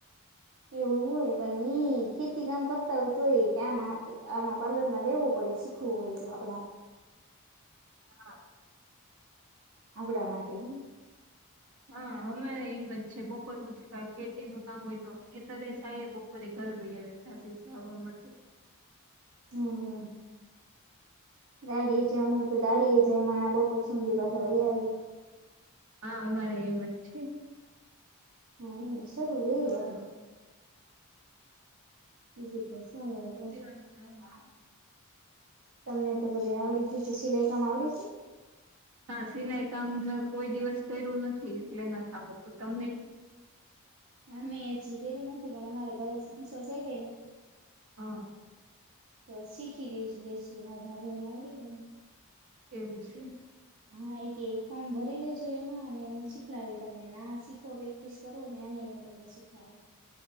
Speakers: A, on the right; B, on the right.
A: એવું હોય પણ એઈ ખેતી કામ કરતા હોય તો એ કામ આમાં પાર્લરમાં લેવો પડે છે. ખું હોય તો આપડા
B: હા.
A: આપડા માટે હ.
B: હા અમારે એમ જ છે બપોરનું થી ખેતીનું કામ હોય તો ખેતરે જાયે બ પૂરી કરે ભાઈ હવે કલાસીસ જાવા માટે.
A: હમ વાડીએ જવાનું હોય તો. દાડીએ જ માણણા <unintelligible> બહુ સુંંધી પાસે વૈયા આવી.
B: હા અમારે એમ જ છે.
A: ના જરૂર રે આપણે બીજુ તો સુ હે કે.
B: <inaudible>
A: તમને તો બધું આવડી જ ગયુ છે સિલાઈ કામ આવડે છે.
B: હા સિલાઈ કામ અ કોઈ દિવસ કર્યું નથી એટલે નથી આવડતું તમને
A: અમે એજી કર્યું નથી પણ અમારે ઘરે સંચો છે કે ની
B: હા.
A: તો શીખી રઈ લેશું મારે ભાભી ને આવડે કેની.
B: એવું છે.
A: હા એ કે ફોર્મ ભરી લેજો એમાં અને હું શીખડાવી તમને ના શીખો પ્રેકટિસ કરો ને અહી હું તમને શીખડાવી.